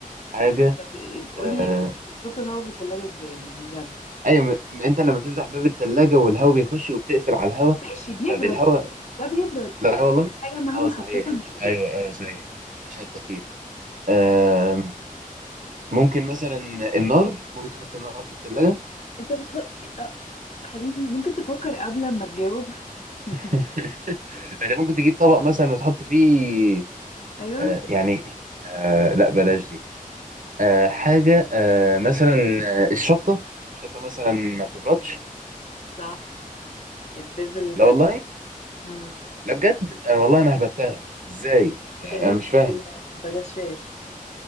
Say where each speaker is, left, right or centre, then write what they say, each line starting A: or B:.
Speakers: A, on the right; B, on the left.
A: حاجه
B: انت ب- قولي
A: آه...
B: بتحط الهواء في التلاجة ازاي يعني بجد
A: ايوه م... م- انت لما بتفتح باب الثلاجه والهواء بيخش وبتقفل على الهواء
B: ماشي بيبرد
A: فبالهواء
B: ده بيبرد
A: لا
B: انا
A: والله
B: بقولك حاجة مهما
A: اه صحيح
B: حطيتها مش بتبرد
A: ايوه ايوه صحيح عشان التكييف آم، ممكن مثلا النار ممكن تحط النار في التلاجة
B: انت بتحط آه، حبيبي ممكن تفكر قبل ما تجاوب <laughs> يعني
A: <laughs> انت ممكن تجيب طبق مثلا وتحط فيه
B: ايوه
A: آه يعني آه لا بلاش دي آه حاجة آه مثلا آه الشطة الشطة مثلا ما بتبردش
B: صح الفلفل الحراق
A: لا والله
B: امم
A: لا بجد انا والله انا هبتها ازاي يعني
B: ما تحلفش
A: انا مش فاهم
B: بالله انت غشاش